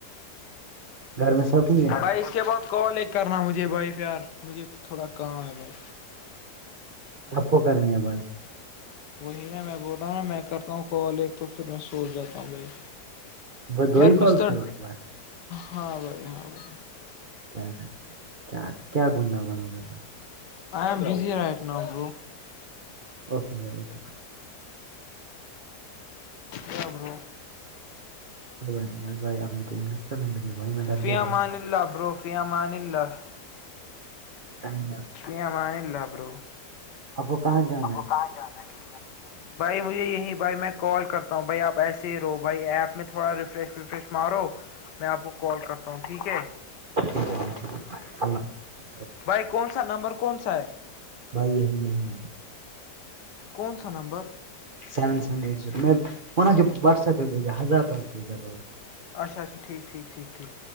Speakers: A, on the right; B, on the left.
A: گھر میں سب ٹھیک ہے
B: بھائی اس کے بعد کال ایک کرنا مجھے بھائی پ یار مجھے تھوڑا کام ہے بھائی
A: آب کو کرنی ہے بھائی
B: وہی نا میں بول رہاوں نا میں کرتا ہوں کال ایک تو پھر میں سوچ جاتا ہوں بھائی
A: بس دو
B: یار
A: ہی کالز
B: بستر
A: کرو گے بھائی
B: ہاں بھائی ہاں بھائی
A: کیا کرتے کیا کیا گنڈا بنو گے بھائی
B: آ بزی رہٹ نب
A: اوکے بائی اوکے بھائی
B: ج برو
A: کوئی ب نہیں بائے بائی آپ تو انگلش کرنے لگی بھائی میں ڈر
B: فی
A: گیا
B: امان
A: بھائی
B: اللہ برو فی امان اللہ
A: ت م
B: ش امان اللہ برو
A: اب وہ کہاں جان
B: آپ کو کہاں جانا ہے بھائی مجھے یہی بھائی میں کال کرتا ہوں بھائی آپ ایسے ہی رہو بھائی ایپ میں تھوڑا ریفریش ویفریش مارو میں آپ کو کال کرتا ہوں ٹھیک ہے
A: ٹھیک ہے بھائی ٹھیک ہے بھ اللہ حفظ
B: بھائی کون سا نمبر کون سا ہے
A: بھائی یہی یہی نمبر
B: کون سا number
A: seven seven eight zero میں کے واٹس ایپ پہ بھیجا ہزار روپئے بھیجا بھائی
B: اچا اچا ٹیک ٹھیک ٹیک ٹھیک